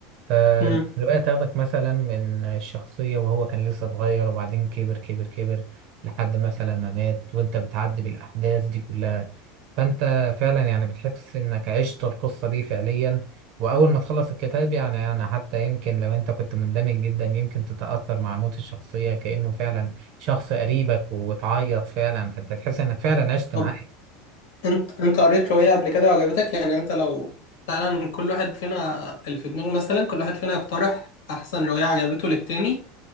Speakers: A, on the right; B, on the left.
A: فالروايه
B: مم.
A: تاخدك مثلا من الشخصيه وهو كان لسه صغير وبعدين كبر كبر كبر لحد مثلا ما مات وانت بتعدي بالاحداث دي كلها فانت فعلا يعني بتحس انك عشت القصه دي فعليا واول ما تخلص الكتاب يعني انا حتى يمكن لو انت كنت مندمج جدا يمكن تتاثر مع موت الشخصيه كانه فعلا شخص قريبك وتعيط فعلا فانت تحس انك فعلا عشت
B: طب
A: معاه
B: انت انت قريت رواية قبل كده وعجبتك يعني انت لو فعلا كل واحد فينا اللي في دماغه مثلا كل واحد فينا يقترح احسن رواية عجبته للتاني